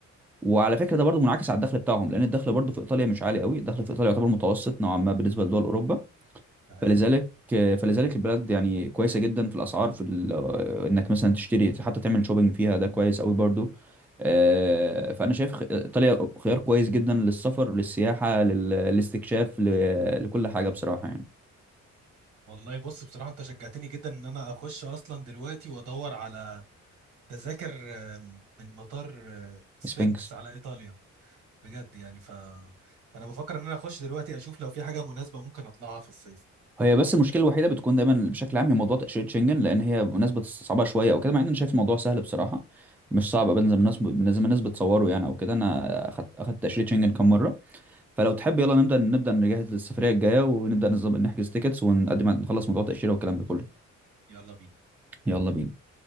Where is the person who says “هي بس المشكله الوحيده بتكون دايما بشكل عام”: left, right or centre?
Centre